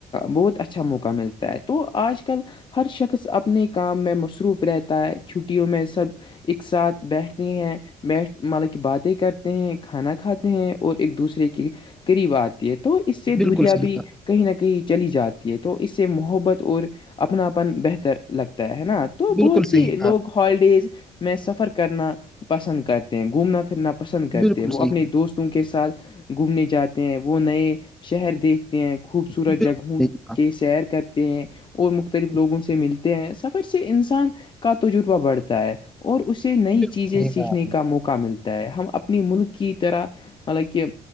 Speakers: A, on the left; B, in the centre.
A: بہت اچھا موقع ملتا ہے تو آج کل ہر شخص اپنے کام میں مصروف رہتا ہے چھٹیوں میں سب ایک ساتھ بیٹھتی ہیں بیٹھ ملے کی باتیں کرتے ہیں کھانا کھاتے ہیں اور ایک دوسرے کے قریبات تو اس سے
B: بالکل
A: دوریا
B: صحیح
A: بھی
B: کہا
A: کہیں نہ کہیں چلی جاتی ہے تو اس سے محبت اور اپناپن بہتر لگتا ہے نا تو
B: بالکل
A: بہت سی
B: صحیح
A: لوگ
B: کہا
A: ہالیڈیز میں سفر کرنا پسند کرتے ہیں گھومنا پھرنا پسند کرتے
B: بالکل
A: ہیں وہ
B: صحیح
A: اپنے
B: کہا
A: دوستوں کے ساتھ گھومنے جاتے ہیں وہ نئے شہر دیکھ ہیں خوبصورت
B: بالکل
A: جگہوں
B: صحیح کہا
A: کی سیر کر اور مختلف لوگوں سے ملتے ہیں سفر سے انسان کا تجربہ بڑھتا ہے اور اسے نئی
B: بالکل
A: چیزیں
B: صحیح
A: سیکھنے
B: کہا
A: کا موقع موقع ملتا ہے ہم اپنی ملک کی طرح مطلب کہ